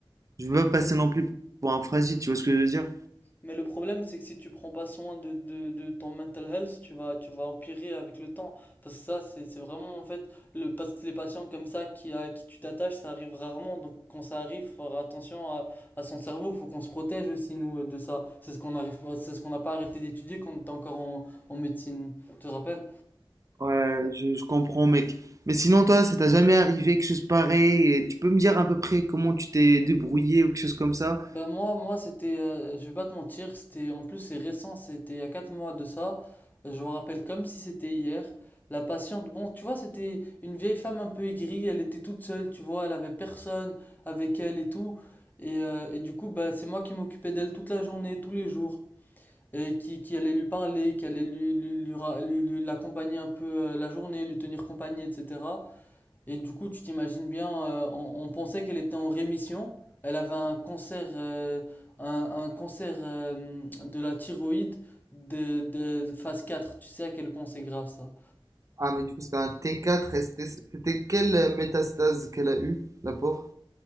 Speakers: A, on the right; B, on the left.
A: Je veux pas passer non plus pour un fragile, tu vois ce que je veux dire?
B: Mais le problème, c'est que si tu prends pas soin de, de, de ton mental health, tu vas, tu vas empirer avec le temps. Parce que ça, c'est, c'est vraiment, en fait, le, parce que les patients comme ça qui, à qui tu t'attaches, ça arrive rarement. Donc quand ça arrive, faut faire attention à, à son cerveau. Faut qu'on se protège aussi, nous, euh, de ça. C'est ce qu'on arrive, pas- c'est ce qu'on n'a pas arrêté d'étudier quand on était encore en, en médecine. Tu te rappelles?
A: Ouais, je, je comprends, mec. Mais sinon, toi, ça t'a jamais arrivé quelque chose pareil et tu peux me dire à peu près comment tu t'es débrouillé ou quelque chose comme ça?
B: Bah moi, moi c'était, euh, je vais pas te mentir, c'était, en plus c'est récent, c'était il y a 4 mois de ça, je me rappelle comme si c'était hier, la patiente, bon tu vois c'était une vieille femme un peu aigrie, elle était toute seule, tu vois, elle avait personne avec elle et tout, et, euh, et du coup bah c'est moi qui m'occupais d'elle toute la journée, tous les jours, et qui, qui allait lui parler, qui allait lui, lui, lui ra- lui- lui- l'accompagner un peu euh, la journée, lui tenir compagnie, etc. Et du coup, tu t'imagines bien, euh, on, on pensait qu'elle était en rémission. Elle avait un cancer, euh, un, un cancer euh, de la thyroïde de, de phase 4. Tu sais à quel point c'est grave ça.
A: Ah, mais du coup, c'était un T4 et c'était c'était quelle euh, métastase qu'elle a eue, la pauvre?